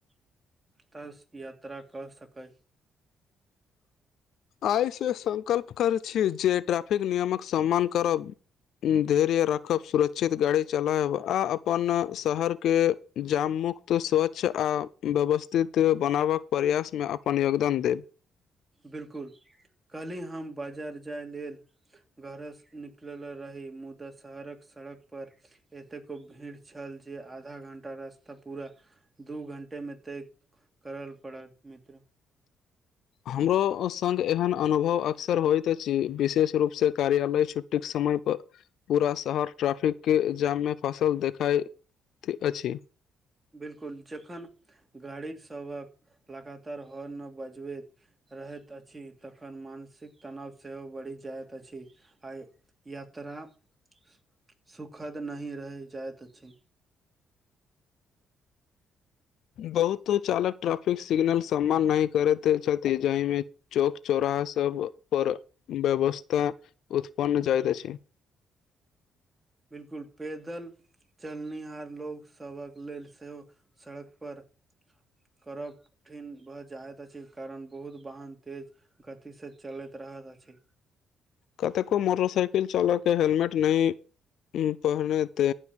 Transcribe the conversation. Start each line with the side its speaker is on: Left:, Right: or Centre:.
Right: <inaudible> ताऽ यात्रा कर सकै
Left: आइसँ संकल्प करैत छी जे ट्रैफिक नियमक सम्मान करब धैर्य राखब सुरक्षित गाड़ी चलायब आ अपन शहर केँ जाम मुुक्त तु स्वच्छ आ व्यवस्थित बनाबक प्रयासमे अपन योगदान देब
Right: बिल्कुल कल्हि हम बाजार जाय लेल घर सँ निकल रही मुदा शहरक सड़क पर एतेको भीड़ छल जे आधा घंटा रास्ता पूरा दू घंटे मे तय करल पड़ल मित्र
Left: हमरो संग एहन अनुभव अक्सर होइत अछि विशेष रूपसँ कार्यालय छुट्टी समय पर पूरा शहर ट्रैफिक केँ जाम मे फसल देखाइत अछि
Right: बिल्कुल जखन गाड़ी सभक लगातार हॉर्न बजबैत रहैत अछि तखन मानसिक तनाव सेहो बढ़ि जाइत अछि आइ यात्रा <inaudible> सुखद नहि रह जाइत अछि
Left: बहुतो चालक ट्रैफिक सिग्नल सम्मान नहि करैत छथि जाहिमे चौक चौराहा सब पर व्यवस्था उत्पन्न जाइत अछि
Right: बिलकुल पेदल चलनिहार लोक सबक लेल सेहो सड़क पर करब कठिन भऽ जाइत अछि कारण बहुत वाहन तेज गतिसँ चलैत रहल अछि
Left: कतेको मोटरसाइकिल चालक हेलमेट नहि पहनेतए